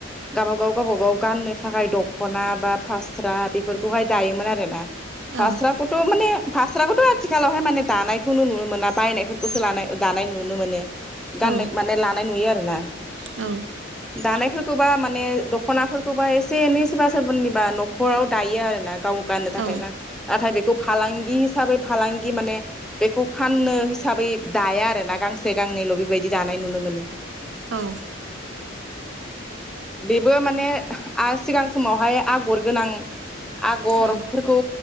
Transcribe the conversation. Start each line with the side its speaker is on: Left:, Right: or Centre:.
Centre: गावबागाव गावबागाव गाननो थाखाय दखना बा फास्रा दायोमोन आरोना फास्राखौथ
Right: औ
Centre: माने फा फस्राखौथ‌ आथिखालावहाय माने दानायखौनो नुनो मोना बायनायफोरखौसो लानाय दानाय नुनो मोनो गाननाय
Right: औ
Centre: माने लानाय नुयो आरोना
Right: औ
Centre: दानायफोरखौबा माने दखनाफोरखौबा एसे एनै सोरबा सोरनिबा नखराव दायो आरोना गाव गाननो थाखाय
Right: औ
Centre: ना नाथाय बेखौ फालांगि हिसाबै फालांगि माने बेखौ फाननो हिसाबै दाया आरो ना गांसे गांनैल बेबायदि दानाय नुनो मोनो
Right: औ
Centre: बेबो माने आ सिगां समावहाय आगर गोनां आगरफोरखौ
Right: औ